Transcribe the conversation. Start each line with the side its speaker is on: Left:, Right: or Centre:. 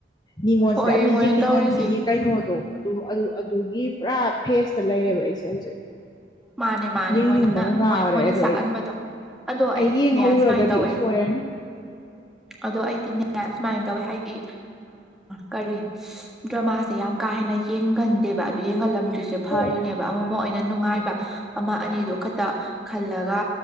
Left: ꯃꯤꯉꯣꯟꯁꯤꯗ
Centre: ꯍꯣꯏꯌꯦ
Left: ꯌꯥꯝꯅ
Centre: ꯃꯣꯏꯅ
Left: ꯌꯦꯡꯅꯤꯡꯍꯟꯕꯤꯒꯦ
Centre: ꯇꯧꯔꯤꯁꯦ
Left: ꯀꯩꯅꯣꯗꯣ ꯑꯗꯨ ꯑꯗꯨ ꯑꯗꯨꯒꯤ ꯄꯨꯔꯥ ꯐꯦꯁꯇ ꯂꯩꯔꯦꯕ ꯑꯩꯁꯦ ꯍꯧꯖꯤꯛ
Centre: ꯃꯥꯅꯦ ꯃꯥꯅꯦ
Left: ꯌꯦꯡꯅꯤꯡꯕꯅ
Centre: ꯃꯣꯏꯅ
Left: ꯉꯥꯎꯔꯦ
Centre: ꯃꯣꯏꯅ
Left: ꯑꯗꯣ ꯑꯩ
Centre: ꯀꯟꯕꯗꯣ ꯑꯗꯣ
Left: ꯑꯩ
Centre: ꯑꯩꯗꯤꯅꯦ
Left: ꯌꯦꯡꯍꯧꯔꯒꯗꯤ
Centre: ꯁꯨꯃꯥꯏꯅ ꯇꯧꯋꯦ
Left: ꯁꯣꯏꯔꯅꯤ
Centre: ꯑꯗꯣ ꯑꯩꯗꯤꯅꯦ ꯁꯨꯃꯥꯏꯅ ꯇꯧꯋꯦ ꯍꯥꯏꯗꯤ ꯀꯔꯤ ꯗ꯭ꯔꯃꯥꯁꯦ ꯌꯥꯝ ꯀꯥ ꯍꯦꯟꯅ ꯌꯦꯡꯒꯟꯗꯦꯕ ꯑꯗꯨ ꯌꯦꯡꯒꯜꯂꯝꯗ꯭ꯔꯤꯁꯦ ꯐꯔꯤꯅꯦꯕ
Left: ꯑꯣ
Centre: ꯑꯃꯃꯛ ꯑꯣꯏꯅ ꯅ ꯅꯨꯡꯉꯥꯏꯕ ꯑꯃ ꯑꯅꯤꯗꯨ ꯈꯛꯇ ꯈꯜꯂꯒ